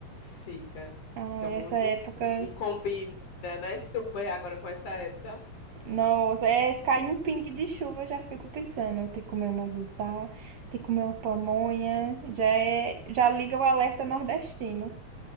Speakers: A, on the left; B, on the right.
A: Fica,
B: Ai,
A: fica muito
B: essa época.
A: e combina, né? Super agora com essa época.
B: Nossa, é, cai um pingue de chuva, eu já fico pensando. Eu tenho que comer um munguzá, tenho que comer uma pamonha. Já é, já liga o alerta nordestino.